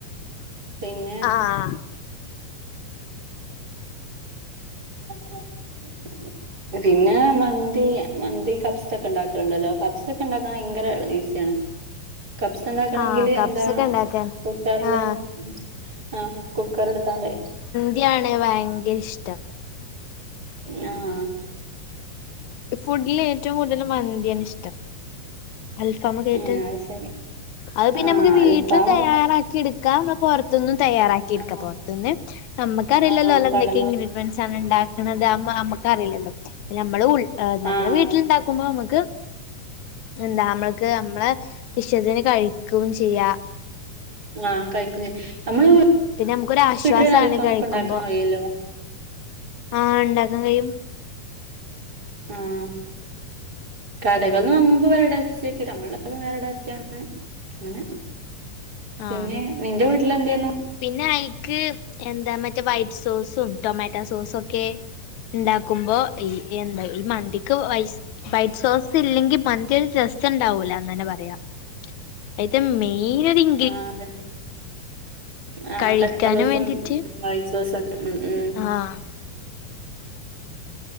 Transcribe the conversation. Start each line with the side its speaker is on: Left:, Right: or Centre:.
Right: പിന്നെ
Left: ആഹ്
Right: <unintelligible> പിന്നെ മന്തി മന്തി കബ്സ ഒക്കെ ഇണ്ടാക്കല്ണ്ടല്ലോ കബ്സ ഒക്കെ ഇണ്ടാക്കാൻ ഭയങ്കര ഈസിയാണ് കബ്സ ഇണ്ടാക്കണെങ്കില്
Left: ആഹ് കപ്സ്
Right: എന്താ
Left: ഒക്കെ ഉണ്ടാക്കാൻ
Right: ക്കുക്കർല്
Left: ആഹ്
Right: ഉം ആണ് കുക്കർ ഇട്ത്താണ്ട്
Left: ന്തിയാണ് ഭയങ്കരെ ഇഷ്ടം
Right: ആഹ് ആഹ്
Left: ഫുഡ്ല് ഏറ്റവും കൂട്തല് മന്തിയാണ് ഇഷ്ടം. അൽഫാം ഒക്കെ ആയിറ്റ്
Right: ഏ അത് ശരി
Left: അഹ് പിന്നെ
Right: ആ
Left: അമ്മ്ക്ക് വീട്ട്ലും
Right: അൽഫാമ്
Left: തയ്യാറാക്കി ഇട്ക്കാം ന്ന പൊറ ത്ത്ന്നും തയ്യാറാക്കി
Right: ആ
Left: ഇട്ക്ക. പൊർത്ത്ന്ന് ഞമ്മക്കറീലല്ലോ
Right: ആ
Left: ഓലെന്തെക്കെ
Right: കടകള്
Left: ഇഗ്രീഡിയന്റ്സാണ് ഇണ്ടാ ക്ക്ണത് അതൊന്നും അമ്മക്കറീല്ലല്ലോ പ്പ ഞമ്മള് ഉൾ എഹ് നമ്മള്
Right: ആ
Left: വീട്ട്ല്ണ്ടാക്കുമ്പൊ
Right: അതന്നെ
Left: നമ്മക്ക്. എന്താ അമ്മൾക്ക് അമ്മ്ളെ ഇഷ്ടത്തിന് കഴിക്കും ചെയ്യാ.
Right: ആഹ് കഴിക്കും ച്ചെയ്യാ നമ്മള് വീട്ട്ല്
Left: പിന്നെ നമുക്കൊരു ആശ്വാസാണ്
Right: തന്നെ അൽഫാമൊക്കെ
Left: കഴിക്കുമ്പോ
Right: ഇണ്ടാകാൻ കഴിയൊല്ലോ.
Left: ആഹ് ഇണ്ടാക്കാൻ കയ്യും.
Right: ആഹ്. കടകൾന്ന് വാങ്ങുമ്പൊ വേറെ ടേസ്റ്റെയ്ക്കാരം അമ്മള് ഇണ്ടാക്കുമ്പൊ വേറെ ടേസ്റ്റാണ് അങ്ങനെ പിന്നെ
Left: ആഹ്
Right: നിന്റെ വീട്ടില് എന്തേര്ന്നു.
Left: പിന്നെ അയിക്ക് എന്താ മറ്റേ വൈറ്റ് സോസും ടൊമാറ്റോ സോസൊക്കെ. ഇണ്ടാക്കുമ്പോ ഈ എന്താ ഈ മന്തി ക്ക് വൈസ് വൈറ്റ് സോസ് ഇല്ലെങ്കി മന്തി ഒരു രസം ഇണ്ടാവൂലാന്നെന്നെ പറയാം. അയ്ത്തെ മെയ്നൊര് ഇൻ
Right: ആഹ് അതന്നെ ആഹ്
Left: കഴിക്കാനും
Right: തക്കളി സോസും
Left: വേണ്ടിട്ട്
Right: വൈറ്റ് സോസു ഒക്കെ ക്കാണ് ഉം
Left: ആഹ്.